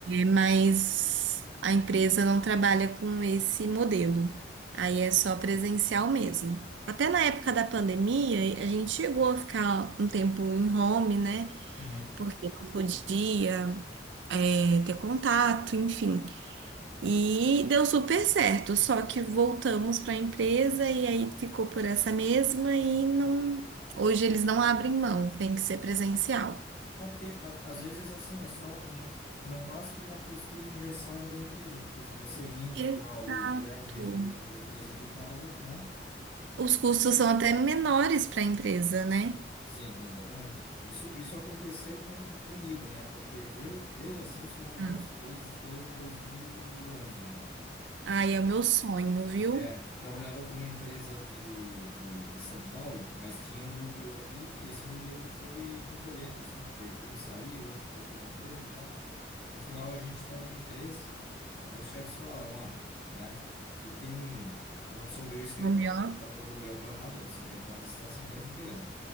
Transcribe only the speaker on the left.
Uhum.
É porque a- às vezes assim é só não, não passa de uma postura engessada da empresa, porque se você rende
igual e gera o mesmo lucro para a empresa de casa, né?
Sim, exatamente. Isso isso aconteceu com, comigo, né? Porque eu eu assim sou home
office desde 2011 já.
É, trabalhava para uma empresa de, de, de São Paulo, mas tinha um núcleo aqui, e esse núcleo ele foi encolhendo, assim, porque um saiu, outro trocou de emprego e tal. No final, a gente estava em três, aí os chefes falaram, ah, né, fiquem, vão dissolver o escritório,
que a gente está pagando aluguel para nada, vocês já estão à distância mesmo, beleza.